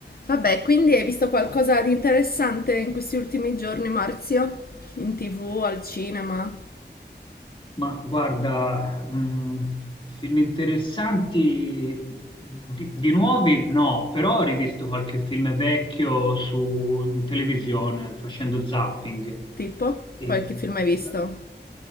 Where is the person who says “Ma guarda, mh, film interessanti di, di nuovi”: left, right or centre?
Left